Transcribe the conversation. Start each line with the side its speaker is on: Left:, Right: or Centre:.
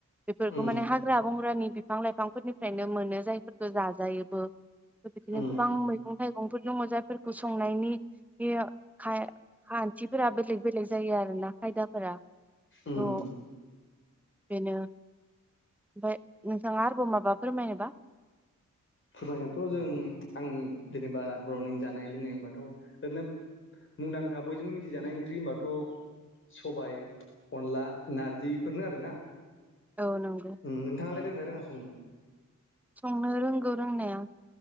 Centre: बेफोरखौ
Left: उम
Centre: माने हाग्रा बंग्रानि बिफां लाय फांफोरनिफ्रायनो मोनो जायफोरखौ जाजायोबो। बिदिनो
Left: उम
Centre: गोबां मैगं थाइ गंफोर दङ जायफोरखौ संनायनि बे खाय खान्थिफोरा बेलेग बेलेग जायो आरोना खायदाफोरा।
Left: उम।
Centre: थ' बेनो ओमफाय नोंथाङा आर ब माबा फोरमायनोबा
Left: फोरमायनोथ' जों आं जेनेबा बर'नि जानाय लोंनाय होनबाथ' ओरैनो मुंदांखा बयजोंबो मिथिजानाय ओंख्रि होनबाथ' सबाय अनला नारजि बेफोरनो आरोना।
Centre: औ नंगौ
Left: ओं नोंथाङालाय रोंङोना रोङा संनो?
Centre: संनो रोंगौ रोंनाया।